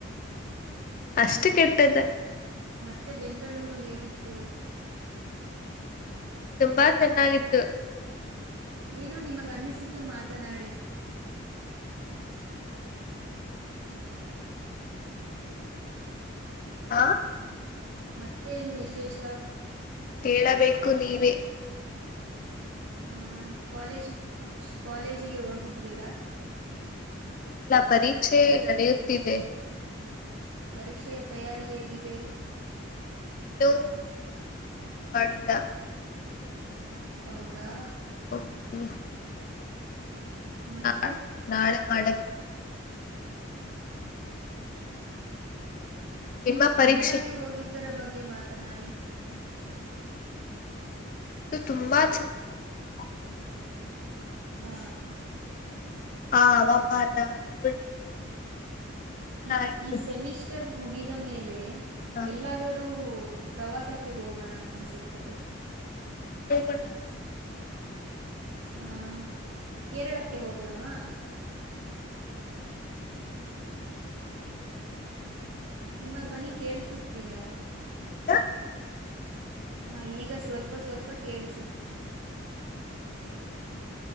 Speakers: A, on the left; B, on the right.
A: ಅಷ್ಟು
B: ಮತ್ತೆ
A: ಕೆಟ್ಟದ
B: ಮತ್ತೆ ಬೆಂಗಳೂರು ಹೇಗಿತ್ತು.
A: ತುಂಬಾ ಚೆನ್ನಾಗಿತ್ತು.
B: ಏನೋ ನಿಮಗ್ ಅನ್ನಿಸಿದ್ದು ಮಾತನಾಡಿ.
A: ಹಾ.
B: ಮತ್ತೇನೂ ವಿಶೇಷ.
A: ಹೇಳಬೇಕು ನೀವೇ.
B: ಆಹ ಕಾಲೇಜಿ ಕಾಲೇಜಿಗೆ ಹೋಗಿದ್ದೀರಾ.
A: ಇಲ್ಲ ಪರೀಕ್ಷೆ ನಡೆಯುತ್ತಿದೆ.
B: ಪರೀಕ್ಷೆಯ ತಯಾರಿ ಹೇಗಿದೆ.
A: ಇನ್ನು ಶುರು ಮಾಡಿಲ್ಲ.
B: ಹೌದಾ.
A: <inaudible>
B: ಮತ್ತೆ
A: ನಾ ನಾಳೆ ಮಾಡಬೇಕು.
B: ನೀವು
A: ನಿಮ್ಮ
B: ಕೇರಳಗೆ
A: ಪರೀಕ್ಷೆ
B: ಹೋಗಿದ್ದರ ಬಗ್ಗೆ ಮಾತನಾಡಿ.
A: ಅದು ತುಂಬಾ ಚೆನ್ನಾಗಿತ್ತು.
B: ಹಾ.
A: ಹ ಅವಮ್ಮ ನಾ ನೋಡಿ. <inaudible>
B: ಈ
A: ಆಯ್ತು
B: ಈ ಸೆಮಿಸ್ಟರ್ ಮುಗಿದ ಮೇಲೆ
A: ಹ
B: ಎಲ್ಲಾದರೂ. ಪ್ರವಾಸಕ್ಕೆ ಹೋಗೋಣ ಅನಿಸುತ್ತದೆ.
A: ಹ ಓಗೊಣ.
B: ಹ ಕೇರಳಕ್ಕೆ ಹೋಗೋಣ್ವಾ.
A: ಹೋಗೋಣ
B: ನಿಮ್ಮ ಧ್ವನಿ ಕೇಳಿಸುತ್ತಿಲ್ಲ.
A: ಈಗ
B: ಹ ಈಗ ಸ್ವಲ್ಪ ಸ್ವಲ್ಪ ಕೇಳಿಸುತ್ತಿದೆ.